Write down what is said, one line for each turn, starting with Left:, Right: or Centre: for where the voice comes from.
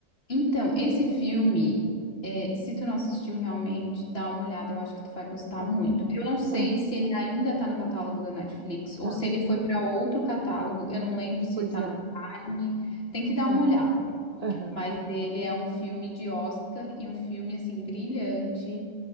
Left: Então, esse filme, eh, se tu não assistiu realmente, dá uma olhada, eu acho que tu vai gostar muito.
Right: Aham,
Left: Eu não sei
Right: aham,
Left: se ele ainda tá no catálogo da Netflix ou
Right: tá.
Left: se ele foi pra outro catálogo. Eu não lembro se
Right: Pois
Left: tá
Right: é.
Left: no Prime. Tem que dar uma
Right: Aham.
Left: olhada.
Right: Aham.
Left: Mas ele é um filme de Oscar e um filme assim brilhante.